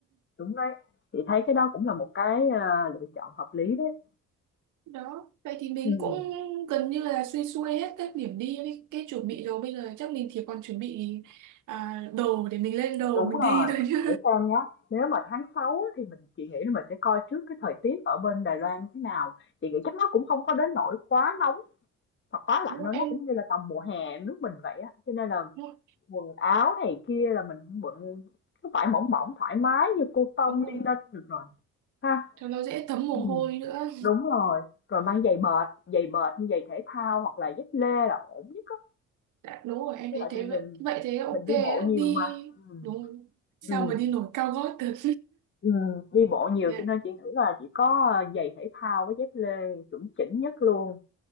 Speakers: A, on the left; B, on the right.
A: đúng đấy. Chị thấy cái đó cũng là một cái, ờ, lựa chọn hợp lý đấy.
B: đó vậy thì mình
A: Ừm,
B: cũng gần như là xuôi xuôi hết các điểm đi với cái chuẩn bị rồi bây giờ chắc mình chỉ còn chuẩn bị à, đồ để mình lên đồ
A: đúng
B: mình
A: rồi,
B: đi thôi chứ
A: để xem nhá, nếu mà tháng 6 á thì mình chị nghĩ là mình sẽ coi trước cái thời tiết ở bên Đài Loan thế nào. Chị nghĩ chắc nó cũng không có đến nỗi quá nóng hoặc
B: <laughs>
A: quá lạnh
B: đúng rồi,
A: đâu,
B: em
A: nó cũng như là tầm mùa hè nước mình vậy á, cho nên là
B: đúng rồi
A: Quần áo này kia là mình cũng bận cái vải mỏng mỏng thoải mái như cô tông
B: đúng rồi.
A: đi lên được rồi ha.
B: cho nó dễ thấm mồ
A: Ừ.
B: hôi nữa
A: Đúng rồi, rồi mang giày bệt, giày bệt như giày thể thao hoặc là dép lê là ổn nhất á.
B: Đã, đúng rồi em
A: Tức
B: thấy
A: là
B: thế
A: tại mình
B: vậy vậy thế ok
A: mình đi
B: đấy,
A: bộ nhiều
B: đi
A: mà. Ừ.
B: đúng rồi. sao
A: Ừ.
B: mà đi nổi cao gót được
A: Ừ. Đi bộ
B: <laughs>
A: nhiều
B: dạ
A: cho nên chị nghĩ là chỉ có giày thể thao với dép lê chuẩn chỉnh nhất luôn.